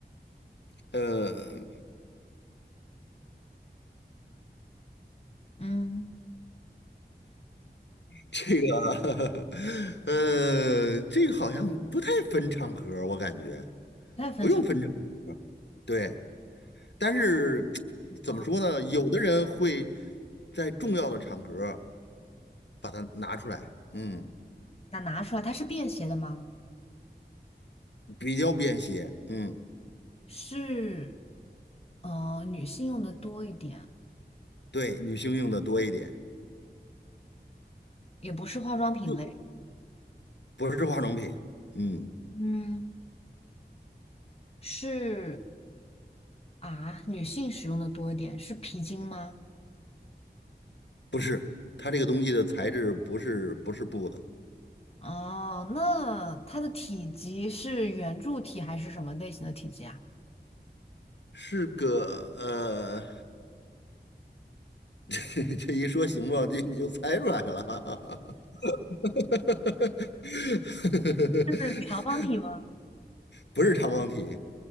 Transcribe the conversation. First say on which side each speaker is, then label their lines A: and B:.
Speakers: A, on the left; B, on the left.
A: 呃，
B: 嗯，
A: 这个，<laughs> 呃，这个好像不太分场合，我感觉。
B: 不太分场。
A: 不用分场合，对，但是怎么说呢？
B: 嗯，
A: 有的人会在重要的场合把它拿出来，嗯，
B: 那拿出来，它是便携的吗？
A: 比较便携，嗯，
B: 是呃女性用的多一点，
A: 对，女性用的多一点，
B: 也不是化妆品类，
A: 就不是化妆品，嗯，
B: 嗯，是啊，女性使用的多一点，是皮筋吗？
A: 不是，它这个东西的材质不是不是布的，
B: 哦，那它的体积是圆柱体还是什么类型的体积啊？
A: 是个呃，<laughs> 这这一说形状，这你就猜出来了，<laughs>
B: 是长方体吗？
A: 不是长方体，